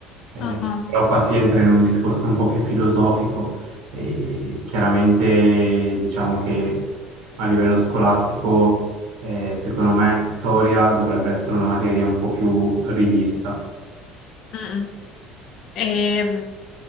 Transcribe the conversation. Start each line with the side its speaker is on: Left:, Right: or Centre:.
Right: Eh,
Left: Ah, ah.
Right: però qua si entra in un discorso un po' più filosofico. E chiaramente diciamo che a livello scolastico, eh, secondo me, storia dovrebbe essere una materia un po' più rivista.
Left: Mm, mm. Ehm,